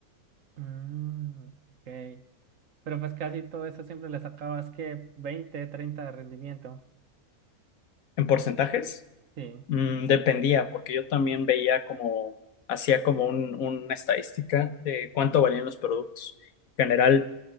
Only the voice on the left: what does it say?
En porcentajes,
mm, dependía, porque yo también veía como, hacía como un- una estadística de cuánto valían los productos. En general,